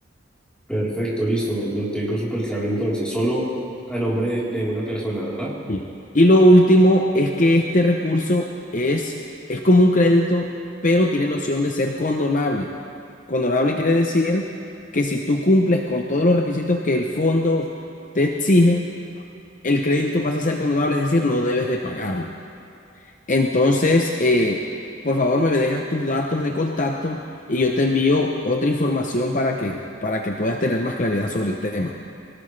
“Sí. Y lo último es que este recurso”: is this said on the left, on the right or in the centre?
Left